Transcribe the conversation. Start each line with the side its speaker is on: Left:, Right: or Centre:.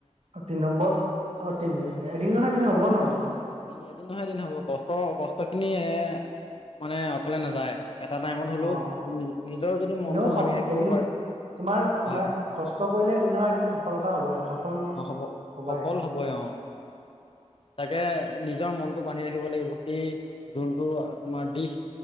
Right: অ', তিনি নম্বৰ অ', তিনিদিন এদিন নহয় এদিন হ'ব ন'।
Left: এদিন এদিন নহয় এদিন হ'ব, কষ্ট কষ্ট খিনি এ মানে অথলে নাযায়। এটা টাইমত হ'লেও
Right: অ
Left: নিজৰ যদি মনটো
Right: এনেও স
Left: বান্ধি ৰাখিব
Right: এদিন
Left: পাৰে।
Right: তোমাৰ
Left: হয়
Right: শুনাই কষ্ট কৰিলে দিন এদিন সফলতা হ'ব, সফল
Left: অ হ'ব
Right: হ'বাই।
Left: সফল অ'।
Right: <inaudible>
Left: এ নিজৰ মনটো বান্ধি ৰাখিব লাগিব সেই যোনটো তোমাৰ দিশ।